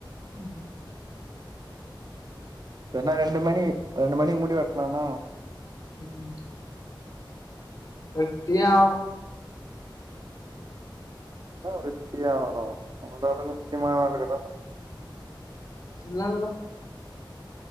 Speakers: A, on the left; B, on the right.
A: ம்
B: எனா ரெண்டு மணி ரெண்டு மணிக் முடி வெட்லானு
A: ம் வெட்டியே ஆவ்ணு
B: என்ன வெட்டியே ஆவராங்க எதாது முக்யமான வேல இக்குதா
A: இல்லல்ல